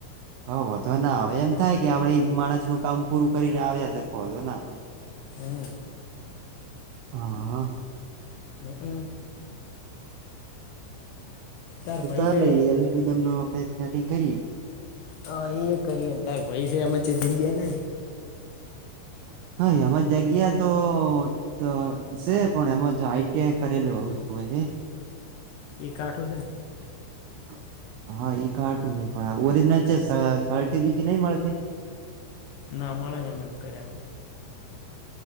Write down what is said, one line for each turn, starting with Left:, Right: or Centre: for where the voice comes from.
Right: હહ વોધો ના આવે એમ થાય કે આપણે ઈ માણસનું કામ પૂરું કરીને આવ્યા સીએ કો વોધો ના આવે.
Left: હમ
Right: હા
Left: હમ તાર
Right: તો
Left: ભાઈ
Right: ચાલો
Left: છે
Right: એલ્યુમિનિયમ નો કંઈક સેટિંગ કરીએ
Left: હા એ કરીને તાર પૈ છે આમાંછ જઈ ગયા ને
Right: <inaudible> હા એમાં જગ્યા તો ત છે પણ એમાં જ આઈ ટી આઈ કરેલું હોવું જોયે એ
Left: એ કાઠું છે.
Right: <inaudible> હા ઈ કારટું હે પણ ઓરિજનલ છે સર્ટી બીજી નહી મળતી.
Left: ના મળે એમનેમ એમ કર્યા.